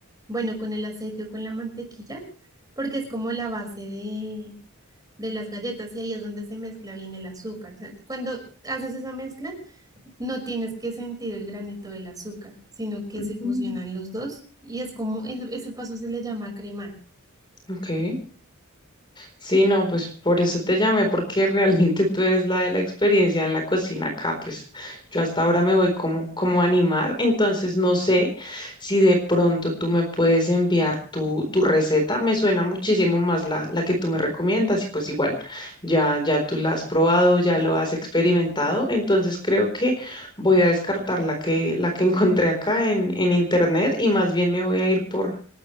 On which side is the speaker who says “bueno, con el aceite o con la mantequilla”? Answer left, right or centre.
Right